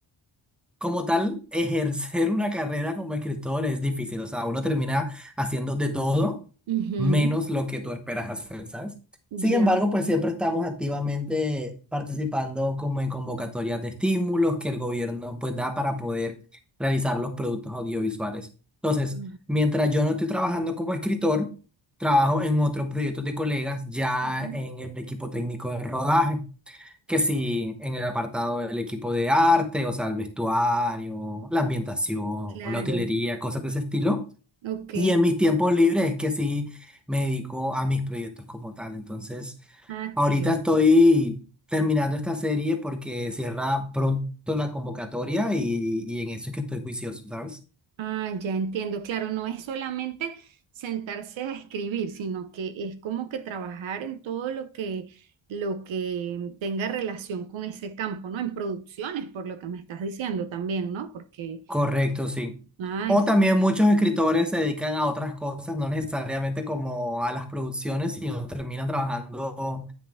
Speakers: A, in the centre; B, on the right.
A: como tal, ejercer una carrera como escritor es difícil. O sea, uno termina haciendo de todo
B: Ujú,
A: menos lo que tú esperas hacer, ¿sabes?
B: Ya.
A: Sin embargo, pues siempre estamos activamente participando como en convocatorias de estímulos que el gobierno pues da para poder realizar los productos audiovisuales. Entonces,
B: Ah,
A: mientras yo no estoy trabajando como escritor, trabajo en otros proyectos de colegas ya
B: ujú.
A: en el equipo técnico de rodaje que sí, en el apartado del equipo de arte, o sea, el vestuario, la ambientación,
B: Claro.
A: la utilería, cosas de ese estilo.
B: Ok.
A: Y en mis tiempos libres es que sí me dedico a mis proyectos como tal. Entonces,
B: Ah,
A: ahorita
B: claro.
A: estoy terminando esta serie porque cierra pronto la convocatoria y, y en eso es que estoy juicioso, ¿sabes?
B: Ah, ya entiendo. Claro, no es solamente sentarse a escribir, sino que es como que trabajar en todo lo que, lo que tenga relación con ese campo, ¿no? En producciones, por lo que me estás diciendo también, ¿no? Porque,
A: Correcto, sí.
B: ah,
A: O
B: es-
A: también muchos escritores se dedican a otras cosas, no necesariamente como a las producciones, sino terminan trabajando